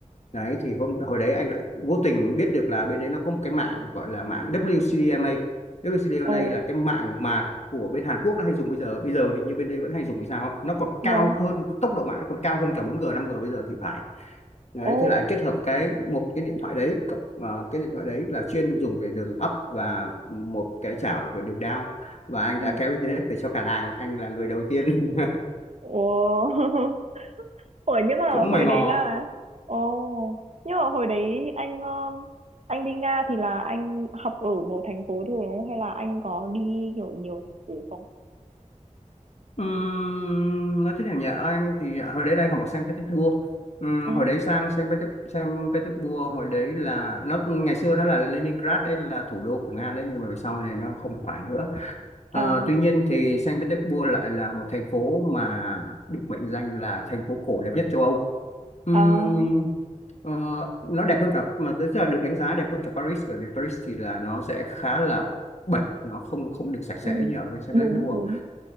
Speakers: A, on the left; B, on the right.
A: đấy thì hôm hồi đấy anh lại vô tình biết được là bên đấy nó có một cái mạng gọi là mạng WCDMA WCDMA
B: ồ,
A: là cái mạng mà của bên Hàn Quốc nó hay dùng bây giờ bây giờ hình như bên đây vẫn hay dùng hay sao nó còn
B: vâng.
A: cao hơn tốc độ mạng nó còn cao hơn cả 4G 5G bây giờ thì phải đấy
B: Ồ,
A: thế là anh kết hợp cái một cái điện thoại đấy cộng ờ, cái điện thoại đấy là chuyên dùng để đường up và một cái chảo về đường down và anh
B: ừ.
A: đã kéo internet về cho cả làng anh là người đầu tiên
B: ủa <laughs> ủa
A: <laughs>
B: nhưng mà
A: cũng
B: hồi
A: mày mò
B: đấy là Ồ, nhưng mà hồi đấy anh um, anh đi Nga thì là anh học ở một thành phố thôi đúng không? Hay là anh có đi kiểu nhiều thành phố không?
A: Ừm, nói thế nào nhỉ anh thì hồi đấy là anh học ở Saint Petersburg Ừm,
B: Ừ,
A: hồi đấy sang Saint Peter- Saint Petersburg hồi đấy là nó ngày xưa nó là Leningrad đây là thủ đô của Nga đấy nhưng mà về sau này nó không phải nữa Ờ,
B: à,
A: tuy nhiên thì Saint Petersburg lại là một thành phố mà được mệnh danh là thành phố cổ đẹp nhất châu Âu Ừm,
B: à,
A: ờ, nó đẹp hơn cả mà tức là được đánh giá đẹp hơn cả Paris bởi vì Paris thì là nó sẽ khá là bẩn nó không không được sạch sẽ
B: ừ,
A: như ở bên Saint
B: đúng,
A: Petersburg
B: đúng.